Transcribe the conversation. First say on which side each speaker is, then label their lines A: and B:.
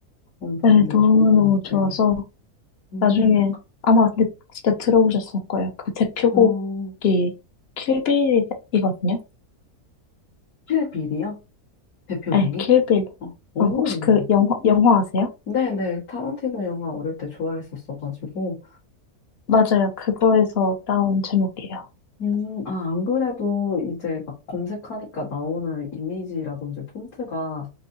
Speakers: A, on the left (about 70°); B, on the left (about 55°).
A: 그런 부분들이
B: 네, 너무너무
A: 좋은 것 같아요.
B: 좋아서
A: 음,
B: 나중에 아마 근데 진짜 들어보셨을 거예요. 그 대표곡이
A: 어,
B: 킬빌이거든요.
A: 킬빌이요? 대표곡이?
B: 네, 킬빌.
A: 어, 오.
B: 어, 혹시 그 영화, 영화 아세요?
A: 네네, 타란티노 영화 어릴 때 좋아했었어가지고.
B: 맞아요. 그거에서 따온 제목이에요.
A: 음, 아, 안 그래도 이제 막 검색하니까 나오는 이미지라든지 폰트가